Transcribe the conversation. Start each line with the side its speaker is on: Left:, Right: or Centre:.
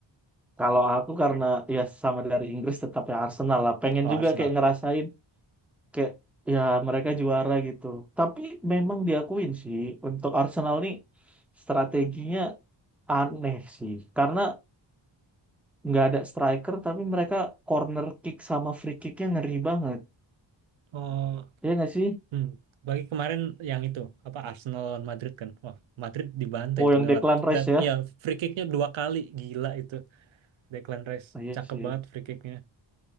Centre: Kalau aku karena ya sama dari Inggris tetap ya Arsenal lah. Pengen
Right: Oh Arsenal.
Centre: juga kayak ngerasain kayak ya mereka juara gitu. Tapi memang diakuin sih untuk Arsenal nih strateginya aneh sih karena nggak ada striker tapi mereka corner kick sama free kicknya ngeri banget.
Right: Oh,
Centre: Ya nggak sih?
Right: hmm. Bagi kemarin yang itu apa Arsenal lawan Madrid kan? Wah Madrid dibantai
Centre: Oh
Right: itu
Centre: yang
Right: lewat,
Centre: Declan Rice
Right: lewat
Centre: ya?
Right: ya free kicknya dua kali gila itu Declan Rice
Centre: Ah, iya
Right: cakep
Centre: sih,
Right: banget free kicknya.